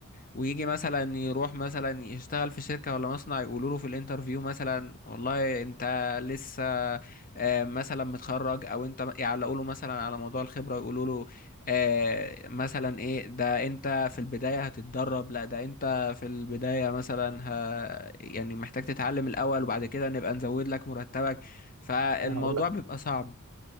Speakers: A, on the left; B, on the right.
A: ويجي مثلا يروح مثلا يشتغل في شركة ولا مصنع يقولوا له في الانترفيو مثلا والله انت لسه آه، مثلا متخرج او انت يعلقوا له مثلا على موضوع الخبرة يقولوا له آه، مثلا ايه ده انت في البداية هتتدرب لا ده انت في البداية مثلا ه... يعني محتاج تتعلم الاول وبعد كده نبقى نزود لك مرتبك فالموضوع
B: انا هقول لك
A: بيبقى صعب